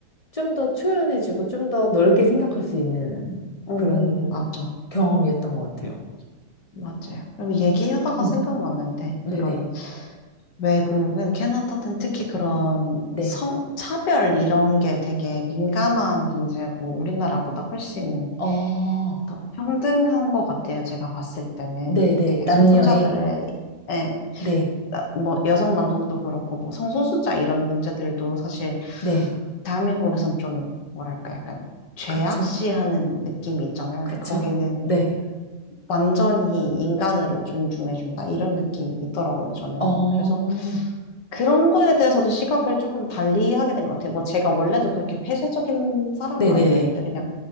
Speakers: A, on the left; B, on the left.
A: 좀 더 초연해지고 좀 더 넓게 생각할 수 있는
B: 음,
A: 그런
B: 맞죠.
A: 경험이었던 것 같아요.
B: 맞아요. 그리고 얘기하다가
A: 음,
B: 생각났는데,
A: 네네.
B: 그런 외국은 캐나다는 특히 그런
A: 네.
B: 성, 차별 이런 게 되게 민감한 문제고 우리나라보다 훨씬
A: 어,
B: 더 평등한 것 같아요. 제가 봤을 때는
A: 네네.
B: 되게
A: 남녀의.
B: 소수자들의 에,
A: 네.
B: 나- 뭐 여성 남성도 그렇고 뭐 성소수자 이런 문제들도 사실
A: 네.
B: 대한민국에선 좀 뭐랄까 약간 죄악시하는
A: 그쵸.
B: 느낌이 있잖아요. 근데
A: 그쵸.
B: 거기는
A: 네.
B: 완전히 인간으로 존중해준다 이런 느낌이 있더라고요. 저는
A: 어,
B: 그래서 그런 거에 대해서도 시각을 조금 달리 하게 된 것 같아요. 뭐 제가 원래도 그렇게 폐쇄적인 사람은
A: 네네네.
B: 아니었는데 그냥